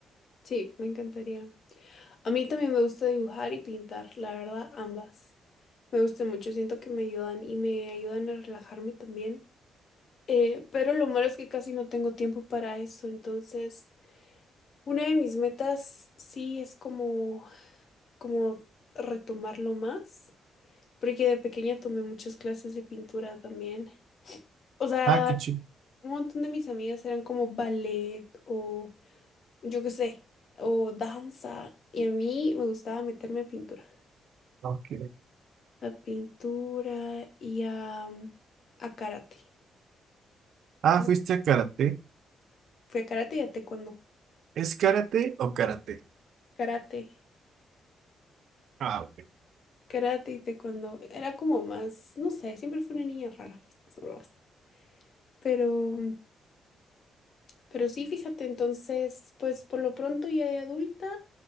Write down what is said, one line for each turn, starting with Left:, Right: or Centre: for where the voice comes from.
Left: Sí, me encantaría. A mí también me gusta dibujar y pintar, la verdad, ambas. Me gusta mucho, siento que me ayudan y me ayudan a relajarme también. Eh, pero lo malo es que casi no tengo tiempo para eso, entonces una de mis metas sí es como como retomarlo más, porque de pequeña tomé muchas clases de pintura también. O sea,
Right: Ah, qué chido.
Left: un montón de mis amigas eran como ballet o yo qué sé, o danza, y a mí me gustaba meterme a pintura,
Right: Ok.
Left: a pintura y a, mm, a karate.
Right: Ah,
Left: Eso-
Right: ¿fuiste a karate?
Left: Fui a karate y a taekwondo.
Right: ¿Es karate o karate?
Left: Karate,
Right: Ah, ok.
Left: karate y taekwondo. Era como más, no sé, siempre fui una niña rara, eso lo hace. Pero mm, Pero sí, fíjate, entonces, pues por lo pronto ya de adulta,